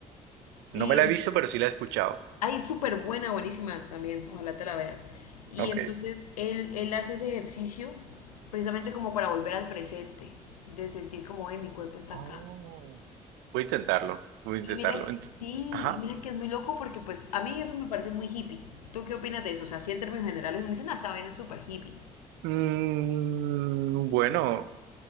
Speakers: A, on the left; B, on the right.
A: Y
B: No me la he visto, pero sí la he escuchado.
A: ahí es súper buena, buenísima también. Ojalá te la veas. Y
B: Ok.
A: entonces él, él hace ese ejercicio precisamente como para volver al presente, de sentir como, eh, mi cuerpo está
B: Oh.
A: acá.
B: Voy a intentarlo. Voy a intentarlo.
A: Y mira, que-
B: Ent-
A: sí,
B: Ajá.
A: y mira que es muy loco porque pues a mí eso me parece muy hippie. ¿Tú qué opinas de eso? O sea, sí en términos generales uno dice, ah, esa vaina es súper hippie.
B: Mm, bueno,